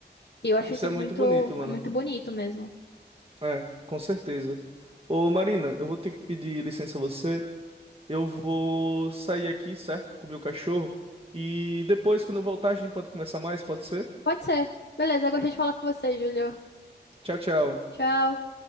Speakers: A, on the left; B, on the right.
A: E eu acho
B: Isso
A: isso
B: é muito
A: muito,
B: bonito, mano.
A: é muito bonito mesmo.
B: É, com certeza. Ô, Marina, eu vou ter que pedir licença a você. Eu vou sair aqui, certo? Com o meu cachorro. E depois, quando eu voltar, a gente pode conversar mais, pode ser?
A: Pode ser. Beleza, eu gostei de falar com você, Júlio.
B: Tchau, tchau.
A: Tchau.